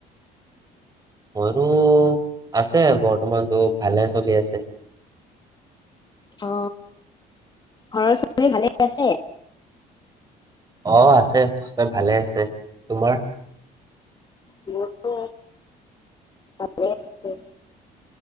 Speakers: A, on the right (about 20°); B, on the left (about 25°).
A: মোৰো আছে বৰ্তমানতো ভালে চলি আছে।
B: অ, ঘৰৰ চবেই ভালে আছে?
A: অহ আছে চবে ভালে আছে। তোমাৰ?
B: মোৰো ভালে আছে।